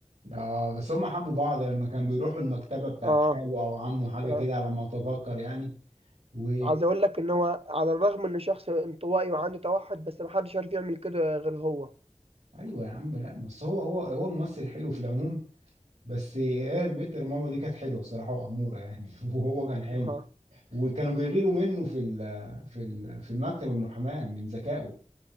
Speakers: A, on the right (about 75°); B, on the right (about 55°).
A: اه بس هم حبوا بعض لما كانوا بيروحوا المكتبة بتاعت
B: آه
A: خاله او عمه حاجة
B: آه
A: كده على ما اتذكر يعني و
B: عايز أقول لك إن هو على الرغم إنه شخص انطوائي وعنده توحد بس محدش عارف يعمل كده غير هو
A: ايوه يا عم لا بس هو هو هو ممثل حلو في العموم بس هي البت رمضان دي كانت حلوة الصراحة وأمورة يعني <laughs> وهو كان حلو
B: آه.
A: وكانوا بيغيروا منه في ال- في ال- في المكتب المحاماة من ذكائه